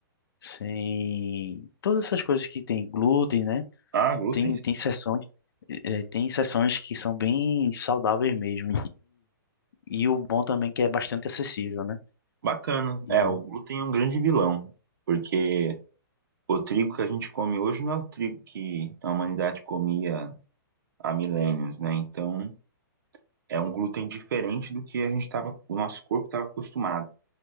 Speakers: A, on the left; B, on the right.
A: Sem. Todas essas coisas que tem glúten, né?
B: Ah, glúten.
A: Tem, tem seções. eh, eh, Tem sessões que são bem saudáveis mesmo. E o bom também é que é bastante acessível, né?
B: Bacana.
A: E,
B: É, o
A: é,
B: glúten é um grande vilão, porque o trigo que a gente come hoje não é o trigo que a humanidade comia há milênios, né? Então, é um glúten diferente do que a gente tava, o nosso corpo estava acostumado.